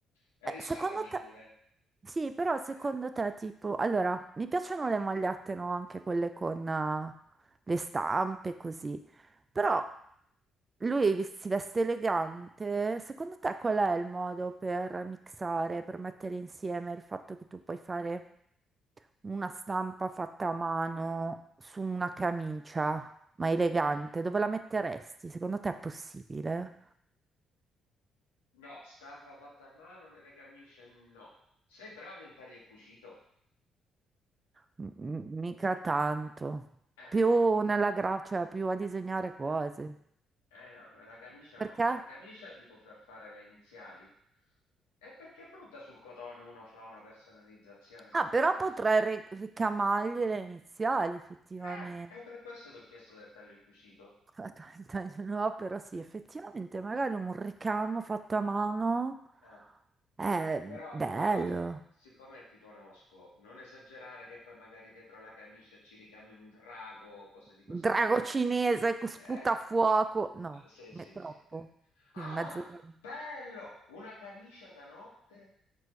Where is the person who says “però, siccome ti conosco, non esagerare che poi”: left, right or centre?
Left